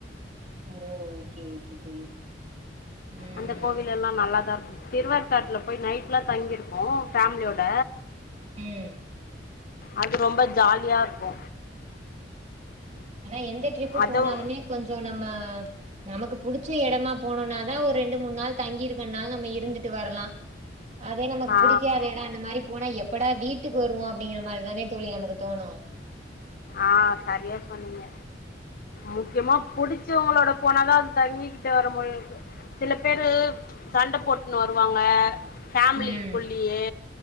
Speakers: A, on the right; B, on the left.
A: ஓ ஓகே ஓகே தோழி ம்.
B: அந்த கோவில் எல்லா நல்லா தா ருக்கு திருவேர்காட்ல போய் நைட் லா தங்கிருக்கோ ஃபேம்லியோட
A: ம்
B: அது ரொம்ப ஜால்யா இருக்கு
A: ஆனா எந்த ட்ரிப்பு
B: அதவு
A: போனாலுமே கொஞ்சோ நம்ம நமக்கு புடிச்ச எடமா போனுன்னா ன்ன ஒர் ரெண்டு மூண் நாள் தங்கியிருக்கனால நம்ம இருந்துட்டு வர்லா அதே நமக்கு
B: ஆ
A: புடிக்காத யெடோ அந்த மாரி போனா எப்படா வீட்டுக்கு வருவோ அப்டிங்கற மாரிதானே தோழி நமக்கு தோணு
B: ஆ சரியா சொன்னீங்க முக்கியமா புடிச்சவங்களோட போனாதா அது தங்கிக்கிட்டு வர மாறியிருக்கு சில பேரு சண்ட போட்னு வருவாங்க ஃபேமலிக்குள்ளியே
A: ம்